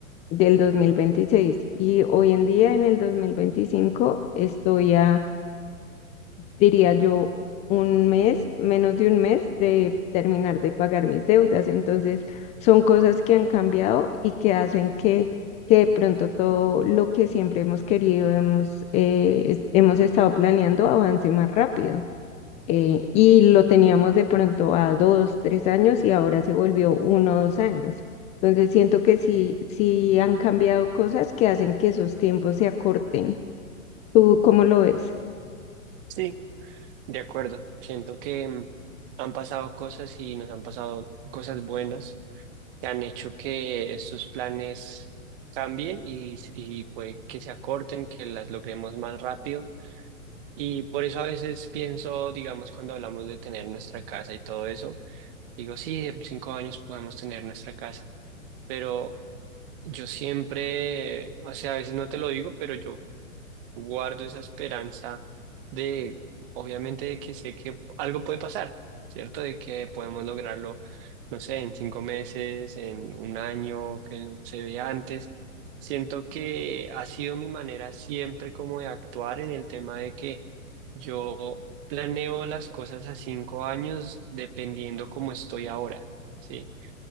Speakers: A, on the left; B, on the right.
A: del 2026. Y hoy en día, en el 2025, estoy a diría yo, un mes, menos de un mes de terminar de pagar mis deudas. Entonces, son cosas que han cambiado y que hacen que, que de pronto todo lo que siempre hemos querido, hemos, eh, es- hemos estado planeando, avance más rápido. Eh, y lo teníamos de pronto a dos, tres años y ahora se volvió uno o dos años. Entonces siento que sí, sí han cambiado cosas que hacen que esos tiempos se acorten. ¿Tú cómo lo ves?
B: Sí, de acuerdo. Siento que mm, han pasado cosas y nos han pasado cosas buenas que han hecho que estos planes cambien y, y puede que se acorten, que las logremos más rápido. Y por eso a veces pienso, digamos, cuando hablamos de tener nuestra casa y todo eso, digo, sí, en cinco años podemos tener nuestra casa, pero yo siempre, o sea, a veces no te lo digo, pero yo guardo esa esperanza de, obviamente, de que sé que algo puede pasar, ¿cierto? De que podemos lograrlo, no sé, en cinco meses, en un año, que se vea antes. Siento que ha sido mi manera siempre como de actuar en el tema de que yo planeo las cosas a cinco años dependiendo cómo estoy ahora, ¿sí?